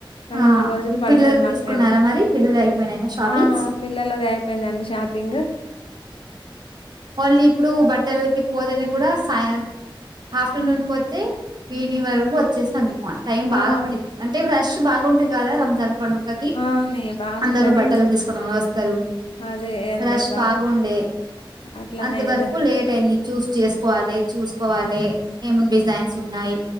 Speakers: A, on the left; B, on the right.
A: రెండు
B: ఆ
A: మూడు రోజులు పడుతది
B: పిల్లలు
A: మాకు
B: తీసుకున్నారా
A: టైము
B: మరి పిల్లలు అయిపోయినాయా షాపింగ్స్
A: ఆ పిల్లలది అయిపోయిందండి షాపింగు
B: ఓన్లీ ఇప్పుడు బట్టలకి పోదని కూడా సాయ ఆఫ్టర్నూన్ పోతే ఈవినింగ్ వరకు వచ్చేస్తాం ఈ మార్ టైం బాగా
A: ఆ
B: పడింది అంటే రష్ బాగుంటది కదా రంజాన్ పండు కకి
A: అవునే బాగుంటది.
B: అందరు బట్టలు తీసుకని వస్తారు
A: అదే అండి
B: రష్
A: బా
B: బాగుండే
A: అట్లానే
B: అంతవరకు
A: అండి
B: లేట్ అయి న్ని చూస్ చేసుకోవాలి చూసుకోవాలి ఏమ డిజైన్స్ ఉన్నాయి